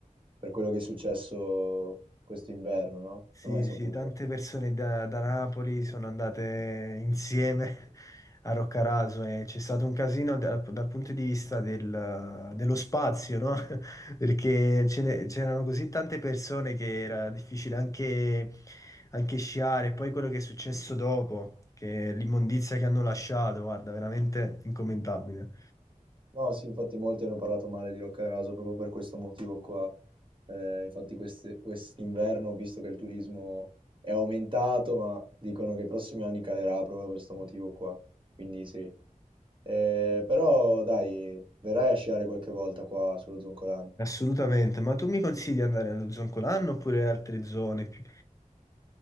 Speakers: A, on the right (about 35°); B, on the left (about 25°).
A: per quello che è successo questo inverno, no?
B: Sì,
A: Non hai saputo?
B: sì, tante persone da, da Napoli sono andate insieme <laughs> a Roccaraso e c'è stato un casino dal, dal punto di vista del- dello spazio, no? <laughs> Perché ce
A: Sì.
B: ne- c'erano così tante persone che era difficile anche, anche sciare. Poi quello che è successo dopo, che è l'immondizia che hanno lasciato, guarda, veramente incommentabile.
A: No, sì, infatti molti hanno parlato male di Roccaraso proprio per questo motivo qua. Eh, infatti queste- quest'inverno ho visto che il turismo è aumentato, ma dicono che i prossimi anni calerà proprio per questo motivo qua. Quindi sì. Eh, però dai, verrai a sciare qualche volta qua sullo Zoncolan.
B: Assolutamente. Ma tu mi consigli di andare allo Zoncolanno oppure altre zone più...